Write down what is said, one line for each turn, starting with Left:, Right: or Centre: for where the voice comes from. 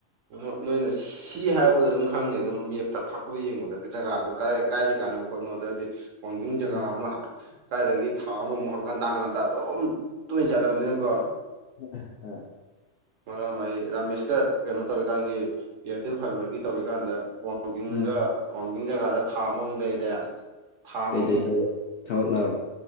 Right: ꯅꯣ ꯅꯣꯏꯅ ꯁꯤ ꯍꯥꯏꯔꯛꯄꯗ ꯑꯗꯨꯝ ꯈꯪꯅꯤ ꯑꯗꯨꯝ ꯃꯦꯞꯇ ꯐꯥꯛꯇꯣꯛꯑ ꯌꯦꯡꯕꯗ ꯖꯒꯥꯗꯣ ꯀꯔꯥꯏ ꯀꯥꯏ ꯖꯒꯥꯅꯣ ꯀꯣꯅꯣꯗꯗꯤ ꯋꯥꯡꯖꯤꯡ ꯖꯒꯥ
Left: ꯑꯥ
Right: ꯑꯃ ꯀꯥꯏꯗꯒꯤ ꯊꯥ ꯑꯃꯃꯨꯛ ꯍꯪꯀꯠ ꯍꯟꯗꯥ ꯍꯪꯀꯠ ꯍꯟꯗꯥ ꯑꯗꯨꯝ ꯇꯣꯏꯅ ꯆꯠꯂꯕꯅꯤꯅꯀꯣ
Left: <unintelligible>
Right: ꯃꯔꯥꯛ ꯑꯃ ꯑꯩ ꯔꯥꯃꯦꯁꯀ ꯀꯩꯅꯣ ꯇꯧꯔꯤꯀꯥꯟꯒꯤ ꯏꯌꯥꯔꯇꯦꯜ ꯐꯥꯏꯕꯔꯒꯤ ꯇꯧꯔꯤꯀꯥꯟꯗ ꯋꯥꯡ ꯋꯥꯡꯖꯤꯡꯒ
Left: ꯑꯥ
Right: ꯋꯥꯡꯖꯤꯡ ꯖꯒꯥꯗ ꯊꯥ ꯑꯃꯃꯨꯛ ꯂꯩꯔꯦ ꯊꯥ ꯑꯃꯃꯨꯛ
Left: ꯀꯩꯗꯩꯅꯣꯕ ꯊꯕꯛꯂꯥꯕ